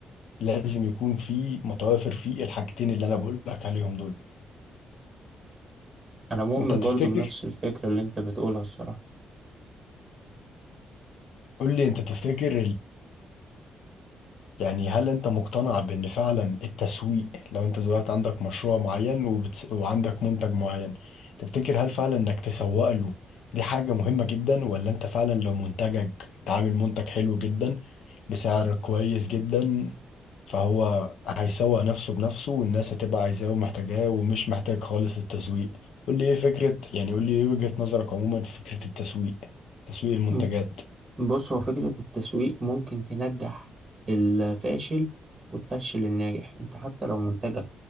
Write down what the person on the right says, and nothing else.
انا مؤمن
برضو بنفس الفكرة اللي انت بتقولها الصراحة
م- بص هو فكرة التسويق ممكن تنجح الفاشل وتفشل الناجح انت حتى لو منتجك